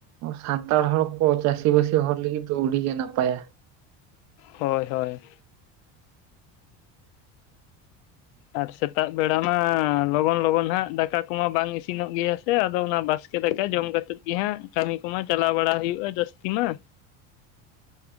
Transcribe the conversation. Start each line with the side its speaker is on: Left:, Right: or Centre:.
Right: ᱥᱟᱱᱛᱟᱲ ᱦᱚᱲ ᱠᱚ ᱪᱟᱹᱥᱤᱵᱟᱹᱥᱤ ᱦᱚᱲ ᱞᱟᱹᱜᱤᱫ ᱫᱚ ᱟᱹᱰᱤᱜᱮ ᱱᱟᱯᱟᱭᱟ
Left: ᱦᱳᱭ ᱦᱳᱭ, ᱟᱨ ᱥᱮᱛᱟᱜ ᱵᱮᱲᱟ ᱢᱟ ᱞᱚᱜᱚᱱ ᱞᱚᱜᱚᱱ ᱦᱟᱸᱜ ᱫᱟᱠᱟ ᱠᱚᱢᱟ ᱵᱟᱝ ᱤᱥᱤᱱᱚᱜ ᱜᱮᱭᱟ ᱥᱮ ᱟᱫᱚ ᱚᱱᱟ ᱵᱟᱥᱠᱮ ᱫᱟᱠᱟ ᱡᱚᱢ ᱠᱟᱛᱮᱫ ᱜᱮ ᱦᱟᱸᱜ ᱠᱟᱹᱢᱤ ᱠᱚᱢᱟ ᱪᱟᱞᱟᱣ ᱵᱟᱲᱟ ᱦᱩᱭᱩᱜᱼᱟ ᱡᱟᱹᱥᱛᱤ ᱢᱟ᱾